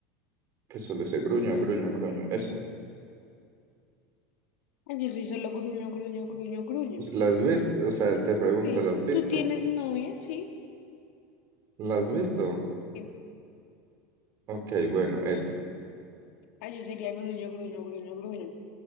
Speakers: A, on the right; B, on the left.
A: Que solo dice gruño, gruño, gruño. Eso.
B: Ah, Yo soy solo gruño, gruño, gruño, gruño.
A: ¿Las has visto? O sea, te pregunto,
B: Sí.
A: ¿las has visto?
B: ¿Tú tienes novia? Sí.
A: ¿Las has visto?
B: Sí.
A: Ok, bueno, ese.
B: Ah, yo sería gruño, gruño, gruño, gruño.